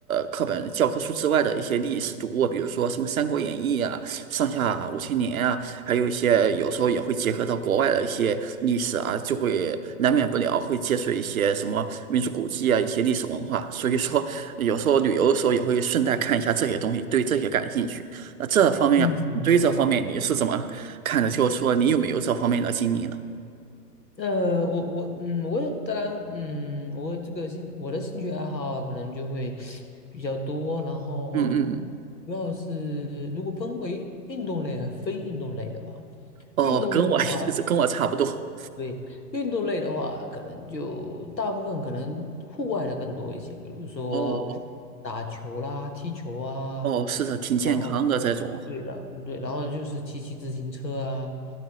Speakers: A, on the right (about 55°); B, on the left (about 85°).
A: 课本教科书之外的一些历史读物，比如说什么《三国演义》啊、《上下五千年》还有一些有时候也会结合到国外的一些历史啊，就会难免不了会接触一些什么民族古迹啊，一些历史文化。所以说，有时候旅游的时候也会顺带看一下这些东西，对这些感兴趣。那这方面，
B: 嗯
A: 你对这方面你是怎么看的？就是说，你有没有这方面的经历呢？
B: 呃，我我嗯，我也当然嗯，我这个兴我的兴趣爱好可能就会比较多，然后
A: 嗯嗯嗯，
B: 主要是如果分为运动类和非运动类的吧。
A: 哦，
B: 运动类的话，
A: 跟我 <laughs> 跟我差不多。
B: 对，运动类的话，可能就大部分可能户外的更多一些，比如说
A: 哦
B: 打球啦、踢球啊，
A: 哦，是的，挺健康的这种。
B: 然后对了，对，然后就是骑骑自行车啊，